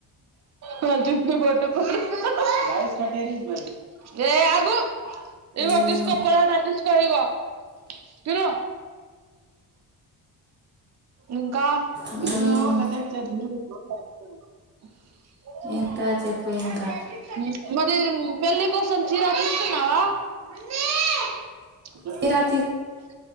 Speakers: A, on the right (about 45°); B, on the right (about 30°).
A: నా జట్టు పట్టుకొని <unintelligible> ఏ ఆగు ఇగో
B: ఉమ్,
A: తీస్కో పరాటా తీస్కో ఇగో తీను ఇంకా <unintelligible> <unintelligible>
B: ఉమ్. ఇంకా చెప్పు ఇంకా
A: మరి పెళ్లి <unintelligible> చిరా తీసుకున్నావా మమ్మీ <unintelligible>
B: తీరా